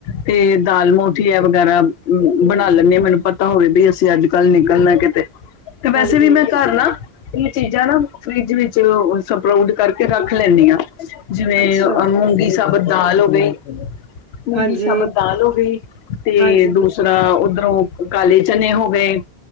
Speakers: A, on the left (about 75°); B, on the right (about 55°).
A: ਤੇ ਦਾਲ ਮੋਠੀ ਐ ਵਗੈਰਾ ਬਣਾ ਲੈਨੇ ਮੈਨੂੰ ਪਤਾ ਹੋਵੇ ਵੀ ਅਸੀਂ ਅੱਜ ਕੱਲ ਨਿਕਲਣਾ ਕਿਤੇ ਤੇ ਵੈਸੇ
B: ਹਾਂਜੀ।
A: ਵੀ ਮੈਂ ਕਰ ਨਾ ਇਹ ਚੀਜ਼ਾਂ ਨਾ ਫਰਿਜ ਵਿੱਚ ਸਪਰਾਊਡ ਕਰਕੇ ਰੱਖ ਲੈਨੀ ਆ। ਜਿਵੇਂ
B: ਅੱਛਾ,
A: ਮੂੰਗੀ ਸਾਬਤ ਦਾਲ ਹੋ ਗਈ। ਮੂੰਗੀ
B: ਹਾਂਜੀ,
A: ਸਾਬਤ ਦਾਲ ਹੋ ਗਈ ਤੇ
B: ਹਾਂਜੀ,
A: ਦੂਸਰਾ ਉੱਧਰੋਂ ਕਾਲੇ ਚਨੇ ਹੋ ਗਏ।